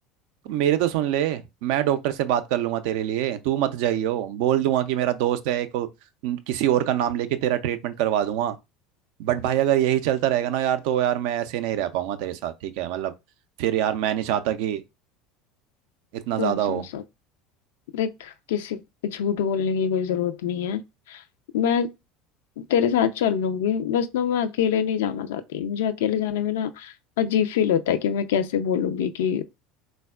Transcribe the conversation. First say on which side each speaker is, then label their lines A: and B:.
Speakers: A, on the right; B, on the left.
A: मेरे तो सुन ले मैं डॉक्टर से बात कर लूंगा तेरे लिए तू मत जाइयो बोल दूंगा कि मेरा दोस्त है एक न- किसी और का नाम लेके तेरा ट्रीटमेंट करवा दूंगा बट भाई अगर यही चलता रहेगा ना यार तो यार मैं ऐसे नहीं रह पाऊंगा तेरे साथ ठीक है मतलब फिर यार मैं नहीं चाहता कि इतना
B: सुन
A: ज़्यादा
B: सुन
A: हो
B: सुन देख किसी को झूठ बोलने की कोई जरूरत नहीं है मैं तेरे साथ चल लूंगी बस ना मैं अकेले नहीं जाना चाहती मुझे अकेले जाने में ना अजीब फील होता है कि मैं कैसे बोलूंगी कि